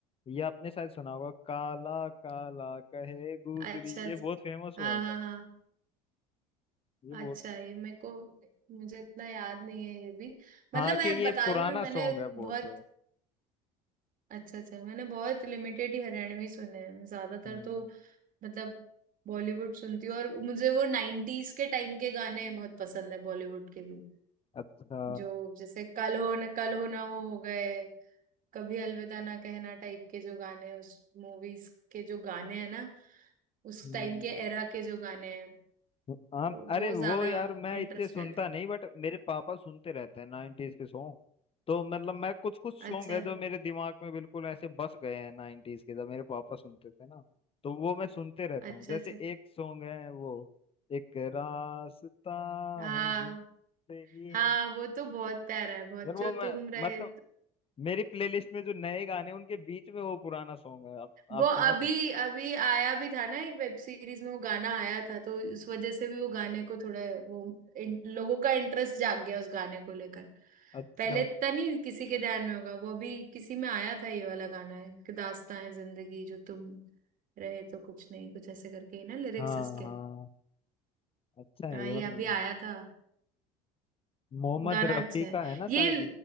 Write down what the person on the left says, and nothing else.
ये आपने शायद सुना होगा काला काला कहे गुजरी
ये बहुत फेमस हुआ
था
ये
बहुत
हाँ
क्योंकि
ये
पुराना
सॉन्ग है बहुत
हम्म
अच्छा
हम्म
हाँ
अरे
वो
यार मैं
इतने सुनता
नहीं बट मेरे पापा सुनते रहते हैं नाइनटीज के सॉन्ग तो मतलब मैं कुछ कुछ
सॉन्ग है जो मेरे दिमाग में बिल्कुल ऐसे बस गए हैं नाइनटीज के जब मेरे पापा सुनते थे ना तो वो मैं सुनते रहता
हूँ जैसे
एक सॉन्ग है वो एक रास्ता
है जिंदगी
और वो
मैं
मतलब मेरी प्लेलिस्ट में जो नए गाने हैं, उनके बीच में वो पुराना सॉन्ग है आप, आप
समझ
अच्छा
हाँ
हाँ अच्छा है
ये
मतलब
मोहम्मद
रफी
का है ना
शायद